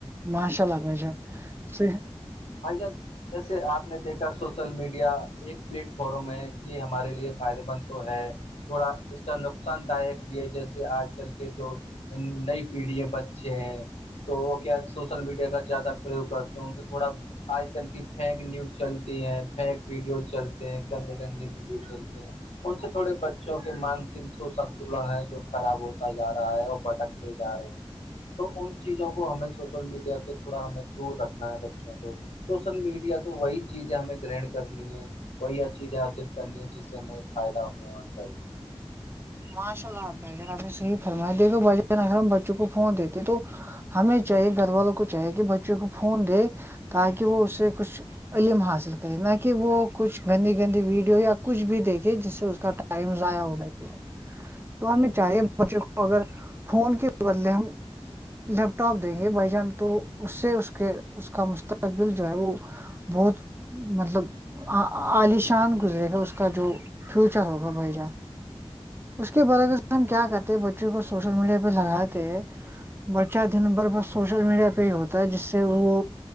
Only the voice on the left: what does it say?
آ جن <inaudible> جیسے آپ نے دیکھا سوشل میڈیا ایک پلیٹ فارم ہے یہ ہمارے لیے فائدے مند تو ہے تھوڑا اس کا نقصان داک بھی ہے جیسے آج کل کے جو نئی پیڑھی ہے بچے ہیں تو وہ کیا سوشل میڈیا کا زیادہ پرریوگ کرتے ان سے تھوڑا آج کل کی فیک نیوز چلتی ہے پیک ویڈیوز چلتے ہیں گندے گندے ویڈیو چلتے ہیں ان سے تھوڑے بچوں کے مانسک سوسنتلن ہے جو خراب ہوتا جا رہا ہے اور بھٹکتے جا رہے ہیں تو ان چیزوں کو ہمیں سوشل میڈیا سے تھوڑا ہمیں دور رکھنا ہے بچوں کو سوشل میڈیا تو وہی چیزیں ہمیں گرہن کرنی ہے وہی چیزیں ارجت کرنی ہے جس سے ہمیں فائدہ ہونا چاہیے